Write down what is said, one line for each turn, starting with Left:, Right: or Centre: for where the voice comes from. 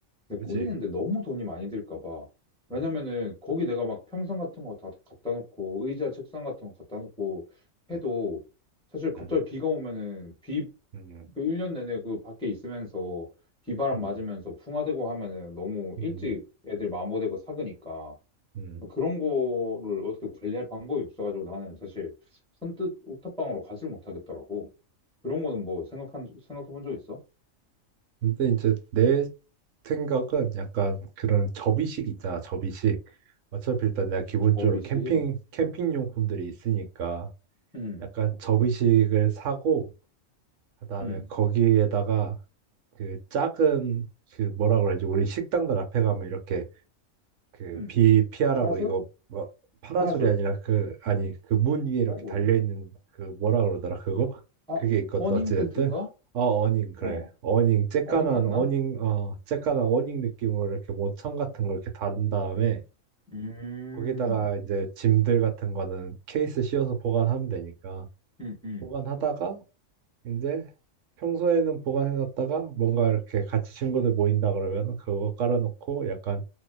Centre: 근데
Right: 그지?
Centre: 꾸미는데 너무 돈이 많이 들까 봐. 왜냐면은
Right: 음,
Centre: 거기 내가 막 평상 같은 거 다 갖다 놓고 의자 책상 같은 거 갖다 놓고 해도
Right: 음,
Centre: 사실 갑자기
Right: 음,
Centre: 비가 오면은 비
Right: 음,
Centre: 그 1년 내내 그 밖에 있으면서 비바람
Right: 음,
Centre: 맞으면서 풍화되고 하면은 너무
Right: 음,
Centre: 일찍 애들 마모되고 삭으니까
Right: 음.
Centre: 그런 거를 어떻게 관리할 방법이 없어가지고 나는 사실 선뜻 옥탑방으로 가질 못하겠더라고. 그런 거는 뭐 생각한 생각해 본 적 있어?
Right: 근데 이제 내 생각은 약간 그런 접이식 있잖아, 접이식. 어차피 일단 내가 기본적으로
Centre: 접이식.
Right: 캠핑, 캠핑 용품들이 있으니까
Centre: 응,
Right: 약간 접이식을 사고, 그다음에
Centre: 응,
Right: 거기에다가 그 작은 그 뭐라 그러지 우리 식당들 앞에 가면 이렇게 그
Centre: 응.
Right: 비 피하라고
Centre: 파라솔?
Right: 이거 뭐 파라솔이
Centre: 파라솔.
Right: 아니라 그 아니 그 문 위에 이렇게
Centre: 어, 뭐지?
Right: 달려 있는 그 뭐라 그러더라 그거
Centre: 아,
Right: 그게 있거든
Centre: 어닝
Right: 어찌됐든
Centre: 텐트인가?
Right: 어 어닝 그래
Centre: 어,
Right: 어닝 쬐깐한
Centre: 어닝 맞나?
Right: 어닝 어 쬐깐한 어닝 느낌으로 이렇게 모천 같은 걸 이렇게 다른 다음에
Centre: 음,
Right: 거기다가 이제 짐들 같은 거는 케이스 씌워서 보관하면 되니까
Centre: 음, 음.
Right: 보관하다가 이제 평소에는 보관해놨다가 뭔가 이렇게 같이 친구들 모인다 그러면 그거 깔아놓고 약간